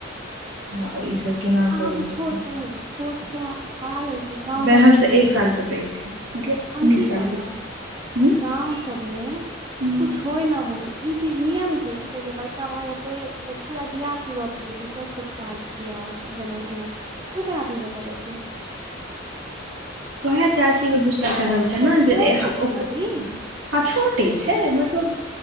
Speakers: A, on the right; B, on the right.
A: आ ईसभ <inaudible>
B: अहाँ से
A: छथिन
B: छोट छै छोट छै भ पागल छै गाँंव
A: वएहसँ
B: सबमे
A: एक सालके पैघ छै मतलब
B: हम
A: उन्नैस
B: की
A: सालके
B: कहलहुं
A: छै हूँ
B: गांव सब मे
A: हूँ
B: कुछ होइ न होइ ई चीज नियम छै कि पहिले बड़का भाय हेतै पूरा देहाती गप करै छी तब छोटका एतै बियाह जनउ एना उ केना पहिले कऽ देथिन
A: ओहै चाची केँ गुस्सा चरहल छै
B: अ
A: नऽ
B: छोटे
A: जे एहा
B: छै
A: ओक
B: ने अभी
A: हँ छोटे छै मतलब